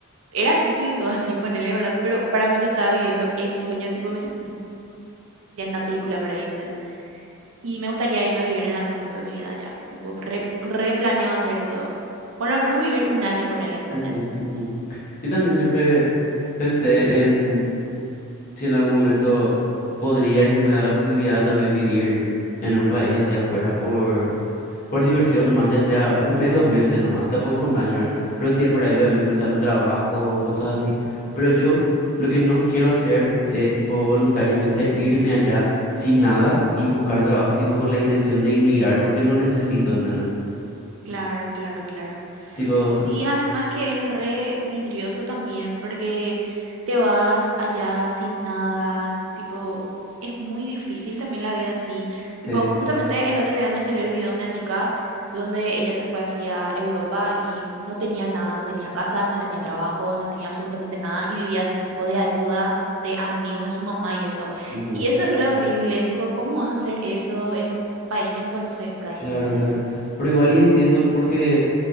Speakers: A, on the right; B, on the left.
A: era sucio y todo así, ponele, ¿verdad? Pero para mí yo estaba viviendo el sueño, tipo, me sentía en una película por ahí, ¿entendés? Y me gustaría irme a vivir en algún momento de mi vida ya, tipo, re, replaneo hacer eso. Por lo menos vivir un año, ponele, ¿entendés?
B: ujú, ujú. Yo también siempre pensé en si en algún momento podría y se me da la posibilidad también vivir en un país hacia afuera por, por diversión nomás, ya sea un mes, dos meses nomás, tampoco con un año ahora, pero sí de por ahí obviamente me sale un trabajo, cosas así, pero yo lo que no quiero hacer es tipo voluntariamente irme allá sin nada y buscar trabajo tipo con la intención de inmigrar porque no necesito, ¿entendés?
A: Claro, claro, claro.
B: Tipo,
A: Sí, además que es re vidrioso también porque te vas allá sin nada, tipo, es muy difícil también la vida así.
B: sí,
A: Tipo, justamente el otro día me salió el video de una chica donde ella se fue hacia Europa y no tenía nada, no tenía casa, no tenía trabajo, no tenía absolutamente nada y vivía así, tipo de ayuda de amigos de su mamá y eso.
B: ujú,
A: Y eso es re horrible, tipo, ¿cómo vas a hacer eso en un país que no conoces por ahí,
B: Claro,
A: ¿entendés?
B: claro. Pero igual y entiendo porque